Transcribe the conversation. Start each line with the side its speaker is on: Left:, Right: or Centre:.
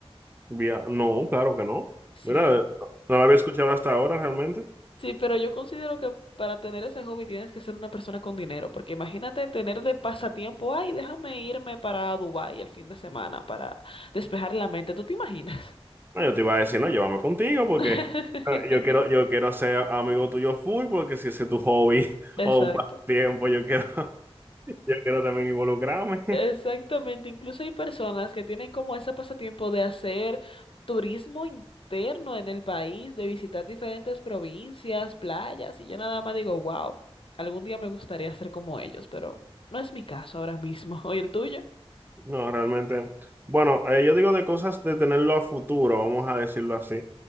Right: Vía- No, claro que no.
Left: Sí.
Right: Mira, eh, no la había escuchado hasta ahora realmente.
Left: Sí, pero yo considero que para tener ese hobby tienes que ser una persona con dinero, porque imagínate tener de pasatiempo, ay, déjame irme para Dubái el fin de semana para despejar la mente. ¿Tú te imaginas?
Right: No, yo te iba a decir, no, llévame contigo porque
Left: <laughs>
Right: eh, yo quiero, yo quiero ser amigo tuyo full porque si ese es tu hobby <laughs>
Left: Exacto.
Right: o un pasatiempo, yo quiero, <laughs> yo quiero también involucrarme. <laughs>
Left: Exactamente, incluso hay personas que tienen como ese pasatiempo de hacer turismo interno en el país, de visitar diferentes provincias, playas, y yo nada más digo, wow, algún día me gustaría ser como ellos, pero no es mi caso ahora mismo. <laughs> ¿Y el tuyo?
Right: No, realmente. Bueno, eh, yo digo de cosas de tenerlo a futuro, vamos a decirlo así,